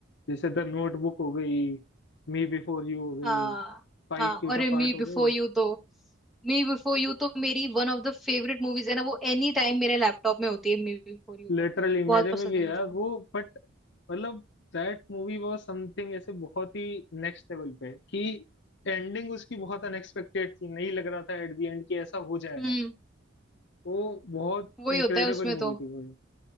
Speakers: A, on the left; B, in the centre.
A: जैसे द नोटबुक हो गई मी बिफोर यू हो गई
B: हाँ
A: फाइव
B: हाँ
A: फीट
B: और
A: अपार्ट
B: मी
A: हो
B: बिफोर
A: गई
B: यू तो मी बिफोर यू तो मेरी one of the favourite movies है ना वो एनी टाइम मेरे लैपटॉप में होती है मी बिफोर यू
A: लिटरली
B: तो
A: मेरे
B: बहुत पसंद
A: में भी
B: है मुझे
A: यार
B: वो
A: वो बट मतलब दैट मूवी वाज समथिंग ऐसे बहुत ही नेक्स्ट लेवल पे कि एंडिंग उसकी बहुत अनएक्सपेक्टेड थी नहीं लग रहा था एट द एंड कि ऐसा हो जाएगा
B: हम्म
A: वो बहुत
B: वही
A: इनक्रेडिबल
B: होता है उसमें
A: मूवी
B: तो
A: थी भाई